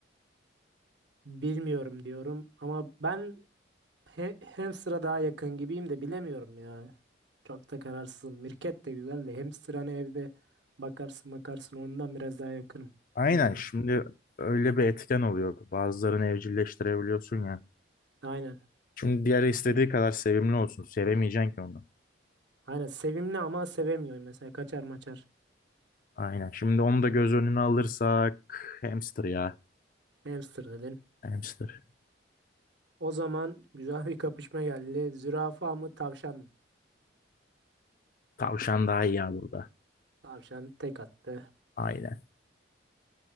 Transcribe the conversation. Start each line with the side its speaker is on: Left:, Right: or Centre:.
Right: Bilmiyorum diyorum ama ben he- hamster'a daha yakın gibiyim de bilemiyorum ya. Çok da kararsızım. Mirket de güzel de hamster hani evde bakarsın bakarsın ondan biraz daha yakınım.
Left: Aynen
Right: Bilmiyorum.
Left: şimdi öyle bir etken oluyor. Bazılarını evcilleştirebiliyorsun ya.
Right: Aynen.
Left: Şimdi diğer istediği kadar sevimli olsun. Sevemeyeceksin ki onu.
Right: Aynen sevimli ama sevemiyorum. Mesela kaçar maçar
Left: Aynen. Şimdi onu da göz önüne alırsak hamster ya.
Right: hamster dedin.
Left: Hamster.
Right: O zaman güzel bir kapışma geldi. Zürafa mı tavşan mı?
Left: Tavşan daha iyi ya burada.
Right: Tavşan tek attı.
Left: Aynen.